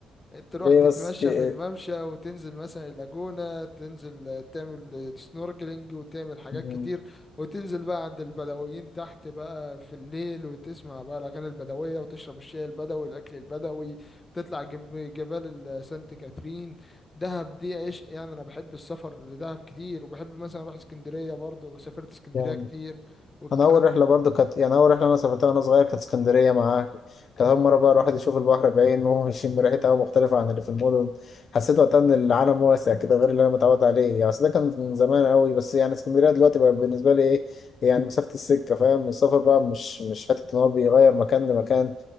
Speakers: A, on the left; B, on the left.
A: تروح
B: ليه
A: تتمشى
B: بس في ايه
A: في الممشى وتنزل مثلا اللاجونة تنزل تعمل سنوركلينج وتعمل حاجات
B: مم.
A: كتير وتنزل بقى عند البدويين تحت بقى في الليل وتسمع بقى الأغاني البدوية وتشرب الشاي البدوي الأكل البدوي تطلع جب جبال ال- سانت كاترين دهب دي عيش يعني أنا بحب السفر لدهب كتير وبحب مثلا أروح اسكندرية برضه وسافرت اسكندرية
B: يعني
A: كتير والكلام
B: انا اول رحله برضو كانت يعني اول رحله انا سافرتها وانا صغير كانت اسكندريه مع اهلي كانت اول مره بقى الواحد يشوف البحر بعينه وهو يشم ريحه هوا مختلفه عن اللي في المدن حسيت وقتها ان العالم واسع كده غير اللي انا متعود عليه يعني بس ده كان من زمان قوي بس يعني اسكندريه دلوقتي بقى بالنسبه لي ايه يعني مسافه السكه فاهم السفر بقى مش مش حته ان هو بيغير مكان لمكان